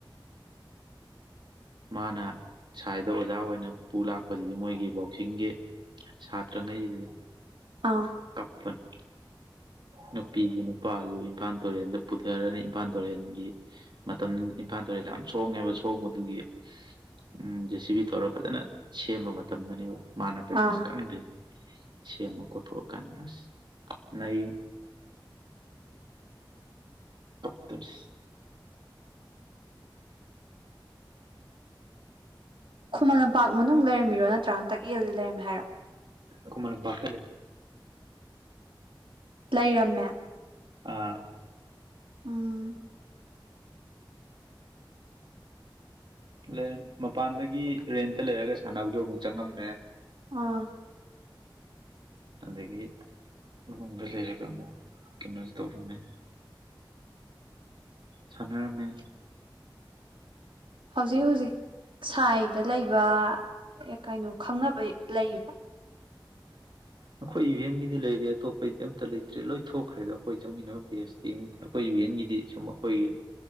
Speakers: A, on the right (about 65°); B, on the right (about 80°).
A: ꯃꯥꯅ ꯁꯥꯏꯗ ꯑꯣꯖꯥ ꯑꯣꯏꯅ ꯄꯨ ꯂꯥꯛꯄꯁꯤꯗꯤ ꯃꯣꯏꯒꯤ ꯕꯣꯛꯁꯤꯡꯒꯤ ꯁꯥꯇ꯭ꯔꯉꯩꯁ
B: ꯑꯥ
A: ꯀꯞꯄꯅꯤ ꯅꯨꯄꯤꯒꯤ ꯅꯨꯄꯥꯁꯨ ꯏꯝꯐꯥꯜ ꯇꯨꯔꯦꯟꯗ ꯄꯨꯊꯔꯅꯤ ꯏꯝꯐꯥꯜ ꯇꯨꯔꯦꯟꯒꯤ ꯃꯇꯝ ꯏꯝꯐꯥꯜ ꯇꯨꯔꯦꯜ ꯀ ꯌꯥꯝ ꯁꯣꯡꯉꯦꯕ ꯁꯣꯡꯕꯗꯨꯒꯤ ꯎꯝ ꯖꯦ ꯁꯤ ꯕꯤ ꯇꯧꯔ ꯐꯖꯅ ꯁꯦꯝꯕ ꯃꯇꯝꯗꯅꯦꯕ ꯃꯥꯅ ꯄ꯭ꯔꯦꯛꯇꯤꯁ
B: ꯑꯥ
A: ꯀꯈ ꯁꯤ ꯑꯃꯛ ꯀꯊ ꯀꯥꯟꯃꯥꯁ ꯅ ꯑꯩ ꯀꯞꯇꯁ
B: ꯈꯨꯃꯟ ꯂꯝꯄꯥꯛ ꯃꯅꯨꯡ ꯂꯩꯔꯝꯃꯤꯔꯣ ꯅꯠꯇ꯭ꯔꯥꯅꯟ ꯇꯛꯌꯦꯜꯗ ꯂꯩꯔꯝꯃꯦ ꯍꯥꯏꯔꯣ
A: ꯀꯃꯅ ꯄꯇꯗꯦ
B: ꯂꯩꯔꯝꯃꯦ
A: ꯑꯥ
B: ꯎꯝ
A: ꯂꯩ ꯃꯄꯥꯟꯗꯒꯤ ꯔꯦꯟꯇ ꯂꯩꯔꯒ ꯁꯥꯟꯅꯕꯁꯨ ꯑꯃꯨꯛ ꯆꯪꯉꯝꯃꯦ
B: ꯑꯥ
A: ꯑꯗꯒꯤ ꯃꯗ ꯂꯩꯔ ꯀꯩꯅꯣ ꯇꯧꯔꯃꯦ ꯁꯅꯔꯃꯦ
B: ꯍꯧꯖꯤꯛ ꯍꯧꯖꯤꯛ ꯁꯥꯏꯗ ꯂꯩꯕ ꯀꯩꯅꯣ ꯈꯪꯅꯕ ꯂꯩꯌꯦꯕ
A: ꯑꯩꯈꯣꯏ ꯏꯚꯦꯟꯒꯤꯗꯤ ꯂꯩꯔꯤꯦ ꯑꯇꯣꯞꯄꯒꯤꯗꯤ ꯑꯝꯇ ꯂꯩꯇ꯭ꯔꯦ ꯂꯣꯏ ꯊꯣꯛꯈ꯭ꯔꯦ ꯑꯗꯣ ꯑꯩꯈꯣꯏ ꯆꯪꯃꯤꯟꯅꯕ ꯗꯦꯁꯉ ꯑꯩꯈꯣꯏ ꯒꯤꯗꯤ ꯁꯨꯝ ꯑꯩꯣꯏꯒꯤ